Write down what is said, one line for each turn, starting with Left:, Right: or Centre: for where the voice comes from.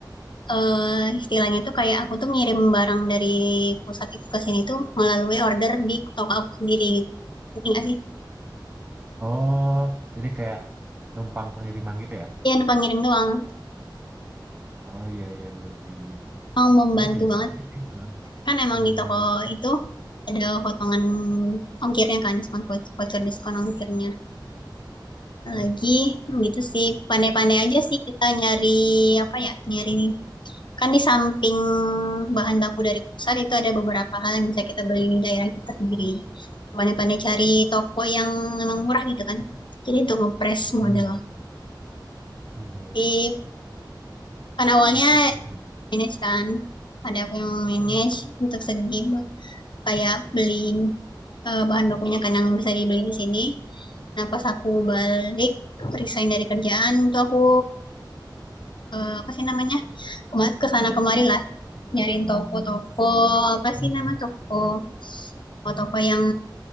Left: eee, istilahnya tuh kayak aku tuh ngirim barang dari pusat itu ke sini tuh melalui order di toko aku sendiri gitu, ngerti nggak sih?
Right: oh jadi kayak numpang pengiriman gitu ya
Left: Iya, numpang ngirim doang.
Right: oh iya iya iya iya iya
Left: Mau membantu
Right: oh, iya bisa
Left: banget
Right: juga sih Bang.
Left: kan emang
Right: iya
Left: di toko
Right: iya iya
Left: itu ada potongan ongkirnya kan, diskon voucher diskon ongkirnya.
Right: Oh,
Left: lagi gitu sih, pandai-pandai aja sih kita nyari, apa ya, nyari kan di samping bahan baku dari pusat itu ada beberapa hal yang bisa kita beli di daerah kita sendiri. Pandai-pandai cari toko yang memang murah gitu kan. Jadi untuk ngepres modal.
Right: hmm iya iya.
Left: Di kan awalnya
Right: masuk akal
Left: manage kan, ada aku yang manage untuk segi kayak beli eh, bahan bakunya kan yang bisa dibeli di sini. Nah pas aku balik resign dari kerjaan itu aku eh, apa sih namanya Kema- kesana kemari lah nyariin toko-toko apa sih nama toko toko-toko yang